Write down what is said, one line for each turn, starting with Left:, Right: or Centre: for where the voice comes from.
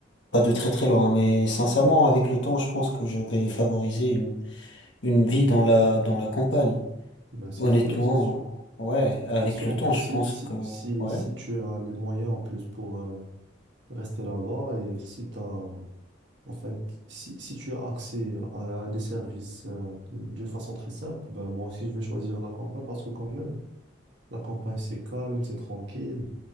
Left: pas de très très loin, hein, mais sincèrement, avec le temps, je pense que je vais favoriser une, une vie dans la, dans la campagne.
Right: ben, c'est
Left: Honnêtement,
Right: sûr, c'est sûr.
Left: ouais, avec
Right: C'est sûr,
Left: le
Right: en
Left: temps,
Right: plus,
Left: je
Right: si,
Left: pense
Right: si,
Left: que...
Right: si,
Left: Ouais,
Right: si tu as les moyens en plus pour... euh, rester là-bas et si t'as, enfin, si, si tu as accès à, à des services euh, d'une façon très simple, ben moi aussi je vais choisir la campagne parce que quand même, la campagne c'est calme, c'est tranquille.